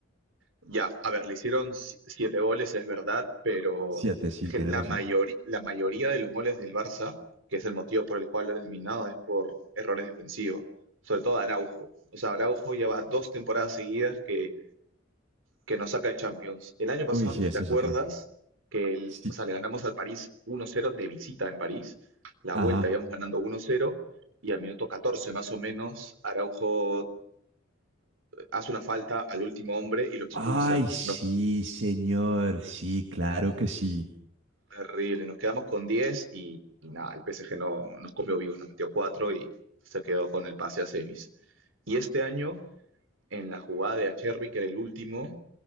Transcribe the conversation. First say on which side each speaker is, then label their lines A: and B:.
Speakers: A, on the right (about 85°); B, on the right (about 65°).
A: Ya, a ver, le hicieron si- siete goles, es verdad, pero
B: Siete, sí,
A: es que
B: tienes
A: la
B: razón.
A: mayoría, la mayoría de los goles del Barça, que es el motivo por el cual lo han eliminado, es por errores defensivos, sobre todo Araujo. O sea, Araujo lleva dos temporadas seguidas que, que nos saca de Champions. El año pasado,
B: Uy, sí,
A: no sé
B: ese
A: si te acuerdas,
B: es otro.
A: que el-
B: Sí,
A: o sea, le ganamos al París 1-0 de visita en París, la
B: ajá.
A: vuelta íbamos ganando 1-0, y al minuto 14 más o menos, Araujo hace una falta al último hombre y lo expulsan.
B: Ay, sí,
A: Nos
B: señor. Sí, claro que sí.
A: Terrible, nos quedamos con 10 y, y nada, el PSG no nos comió vivos, nos metió 4 y se quedó con el pase a semis. Y este año, en la jugada de Acherbi, que era el último,